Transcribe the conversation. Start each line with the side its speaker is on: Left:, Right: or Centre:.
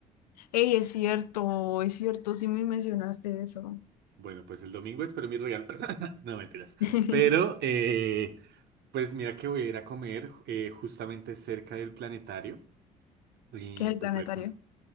Left: Ey, es cierto, es cierto, sí me mencionaste eso.
Right: Bueno, pues el domingo espero mi regalo. <laughs> No, mentiras.
Left: <laughs> ¿Qué
Right: Pero, eh, pues mira que voy a ir a comer eh, justamente cerca del planetario. Y
Left: es el
Right: pues
Left: planetario?
Right: voy a ir con...